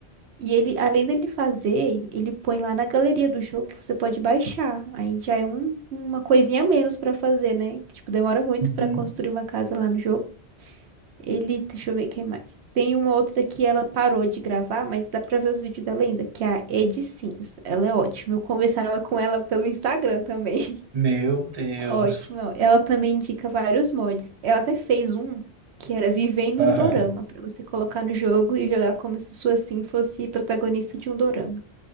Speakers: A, on the right; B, on the right.
A: E ele, além dele fazer, ele põe lá na galeria do jogo que você pode baixar. Aí já é um- uma coisinha a menos pra fazer, né? Que tipo demora muito
B: Uhum.
A: pra construir uma casa lá no jogo. Ele, deixa eu ver quem mais. Tem uma outra que ela parou de gravar, mas dá pra ver os vídeos dela ainda, que é a Ed Sims. Ela é ótima. Eu conversava com ela pelo Instagram também.
B: Meu Deus.
A: Ótima. Ela também indica vários mods. Ela até fez um que era Vivendo
B: Aham.
A: um Dorama, pra você colocar no jogo e jogar como se sua Sim fosse protagonista de um dorama.